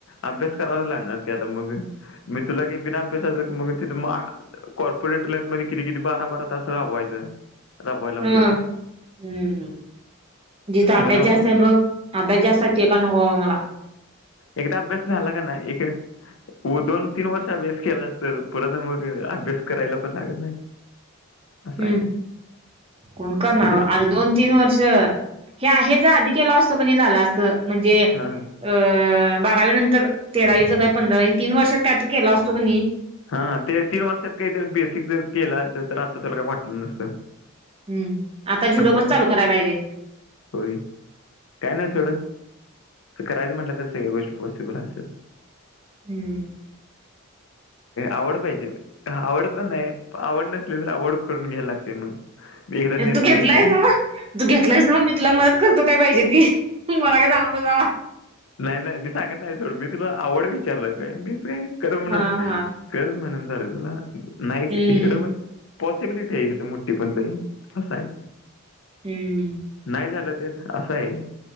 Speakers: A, on the left (about 60°); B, on the right (about 25°).
A: अभ्यास करावा लागणार की आता मग मी तुला काही बिना अभ्यासाच मग तिथ मग कॉर्पोरेट लाईफ म किती किती बारा बारा तास राबवायचं राबवायला होते
B: हा हम्म जिथं अभ्यास
A: मला
B: जास्त आहे मघ ह बे ज जास्ततव काण होोवा मला
A: एकदा अभ्यास झाला का नाही एक व दोन तीन वर्ष अभ्यास केला अस तर परत मग अभ्यास करायला पण लागत नाही असं
B: हम्म
A: आहे
B: कोण करणार
A: इथं
B: अरे दोन तीन वर्ष हे आहे ज आधी लॉस कणी झाला असत म्हणजे अ
A: हां
B: बारावी नंतर तेरावी चौदावी पंधरावी तीन वर्षात कायतरी केला असतो की
A: हा ते तीन वर्षात काहीत बेसिक जर केलं असत तर आता त्याला काय वाटलं नसतं
B: हम् आता झिरोपच
A: असं आहे
B: चालू करायला पाहिजे
A: होय काय ना सोडं करायचं म्हटलं तर सगळ्या गोष्ट पॉसिबल असेल
B: हम्म
A: आवड पाहिजे आवड पण नाही आवड नसली तर आवड करून घ्यायला लागते मग एकदा निर्णय
B: तू घेतला
A: घेतलेला
B: आहे ना ना तू घेतलायस ना मग मी तुला मदत करतो काय पाहिजे ती मला का जाऊ बनावा
A: नाही नाही मी सांगत नाही सोड मी तुला आवड विचारलं काय मीच काय कररं म्हण
B: हा हा
A: करत म्हणेून चाले तुला नाही
B: हम्म
A: इकडं पण पॉसिबिलिटी आहे मुठठी पण लई असं आहे
B: हम्म
A: नाही झालं तर असं आहे